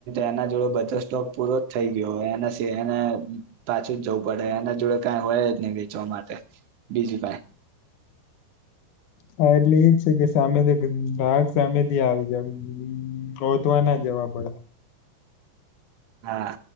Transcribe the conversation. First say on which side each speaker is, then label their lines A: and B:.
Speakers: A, on the right; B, on the left.
A: એના જોડે બધો સ્ટોક પૂરો જ થઈ ગયોય એ એને પાછું જ જવું પડે એના જોડે કઈ હોય જ નહી વેચવા માટે બીજું કઈ
B: હા એટલે એજ છે કે સામેથી ગાક સામેથી આવી જ ગોતવા ના જવા પડે.
A: હા